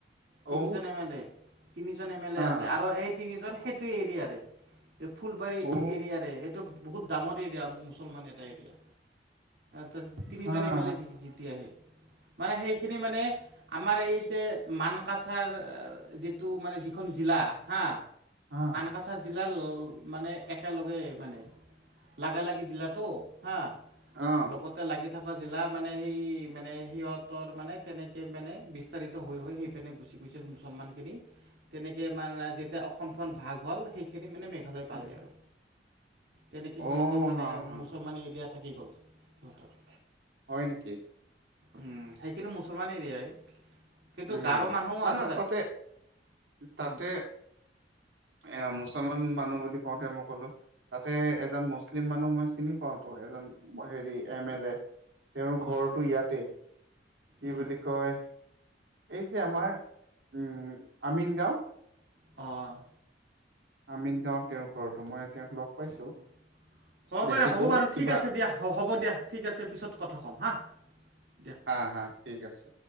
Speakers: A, on the right; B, on the right.
A: তিনিজন
B: ঔ
A: এম এল এ তিনিজন এম এল
B: হা
A: এ আছে আৰু এই তিনিজন সেইটো এৰিয়াাৰে ফুলবাৰী
B: ঔ
A: এৰিয়াাৰে এইটো বহুত ডাঙৰ এৰিয়া মুছলমান এটা এৰিয়া ত
B: <inaudible>
A: এ জিক কি যেতি আহে মানে সেইখিনি মানে আমাৰ এই যে মানকাচাৰ যিটো মানে যিখন জিলা হা
B: হা
A: কাছা জিলাৰ মানে একেলগে মানে লাগালাগি জিলাতো হা
B: অ',
A: লগতে লাগি থকা জিলা মানে সেই মানে সিহঁতৰ মানে তেনেকে মানে বিস্তাৰ হৈ সেই পিনে গুচি গৈছিল মুছলমান খিনি তেনেকৈ মানে যেতিয়া অসমখন ভাগ হ'ল সেইখিনি মানে মেঘালয় পালে
B: উম,
A: আৰু। তেনেকৈ
B: অ',
A: সিহঁতৰ মানে
B: হা হা
A: মুছলমান এৰিয়া থাকি গ'ল সিহঁতৰ।
B: হয় নেকি?
A: উম, সেইখিনি মুছলমান এৰিয়াই। কিন্তু
B: উম,
A: গাৰো মানুহো
B: নাই
A: আছে
B: না তাতে তাতে
A: উম,
B: এ মুছলমান মানুহ বুলি কওঁতে মই ক'লো তাতে এজন মুছলিম মানুহ মই চিনি পাওতো এজন হেৰি এম এল এ। তেওঁৰ
A: অ',
B: ঘৰটো
A: আচ্ছা
B: ইয়াতে কি
A: উম,
B: বুলি কয় এই যে আমাৰ উম আমিন গাঁও।
A: অঁ'।
B: আমিন গাঁৱত তেওঁৰ ঘৰতো মই তেওঁক লগ পাইছো।
A: অ' হ'ব
B: দেখিছো
A: পাৰে দে হ'ব বাৰু
B: কিবা
A: ঠিক আছে দিয়া হ'ব দিয়া। ঠিক আছে পিছত কথা ক'ম হাঁ দিয়া।
B: হা হা ঠিক আছে।